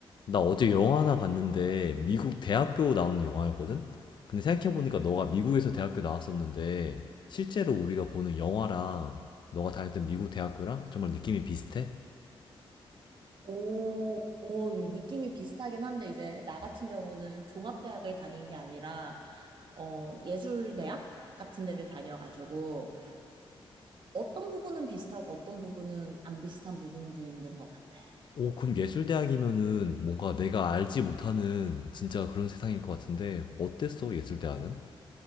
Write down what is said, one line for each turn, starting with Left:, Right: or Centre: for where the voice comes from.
Left: 나 어제 영화 하나 봤는데 미국 대학교 나오는 영화였거든? 근데 생각해보니까 너가 미국에서 대학교 나왔었는데 실제로 우리가 보는 영화랑 너가 다녔던 미국 대학교랑 정말 느낌이 비슷해?
Right: 오, 오, 느낌이 비슷하긴 한데, 이제, 나 같은 경우는 종합대학을 다닌 게 아니라, 어, 예술대학 같은 데를 다녀가지고, 어떤 부분은 비슷하고 어떤 부분은 안 비슷한 부분도 있는 것 같아.
Left: 오, 그럼 예술대학이면은 뭔가 내가 알지 못하는 진짜 그런 세상일 것 같은데 어땠어, 예술대학은?